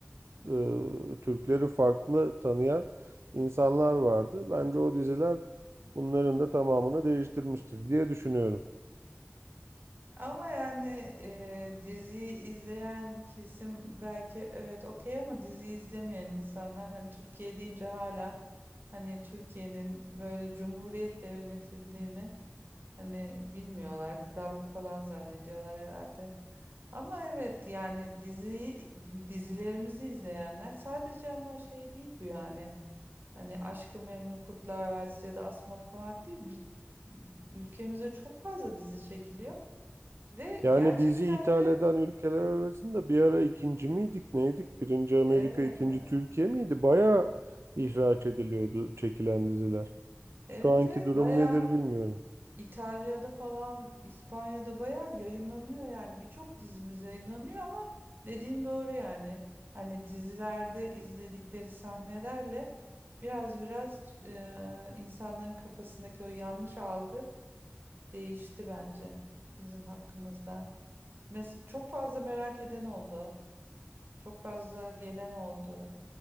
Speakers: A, on the right; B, on the right.
A: e, Türkleri farklı tanıyan insanlar vardı. Bence o diziler bunların da tamamını değiştirmiştir diye düşünüyorum.
B: ama yani e, diziyi izleyen kesim belki evet okey ama diziyi izlemeyen insanlar hani Türkiye deyince hala hani Türkiye'nin böyle cumhuriyetle yönetildiğini hani bilmiyorlar. Krallık falan zannediyorlar herhalde. Ama evet yani diziyi dizilerimizi izleyenler sadece ama şey değil bu yani. Hani Aşk-ı Memnu, Kurtlar Vadisi ya da Asmalı Konak değil. bi- ülkemizde çok fazla dizi çekiliyor. Ve
A: Yani
B: gerçekten
A: dizi ithal
B: de
A: eden ülkeler arasında bir ara ikinci miydik, neydik? Birinci Amerika,
B: evet
A: ikinci
B: evet.
A: Türkiye miydi? Bayağı ihraç ediliyordu çekilen diziler. Şu
B: Evet
A: anki
B: evet
A: durum
B: bayağı
A: nedir bilmiyorum.
B: İtalya'da falan İspanya'da bayağı yayınlanıyor yani. Birçok dizimiz yayınlanıyor ama dediğin doğru yani. Hani dizilerde izledikleri sahnelerle biraz biraz e, insanların kafasındaki o yanlış algı değişti bence bizim hakkımızda. Mes çok fazla merak eden oldu. Çok fazla gelen oldu.